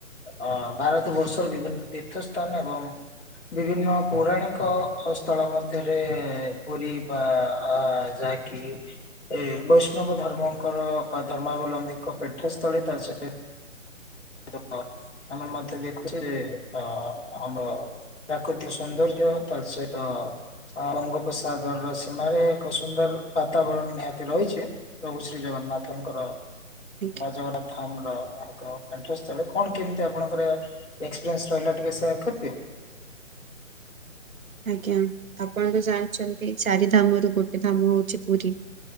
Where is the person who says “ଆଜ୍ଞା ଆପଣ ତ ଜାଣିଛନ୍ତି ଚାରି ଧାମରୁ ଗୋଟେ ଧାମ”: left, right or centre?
Right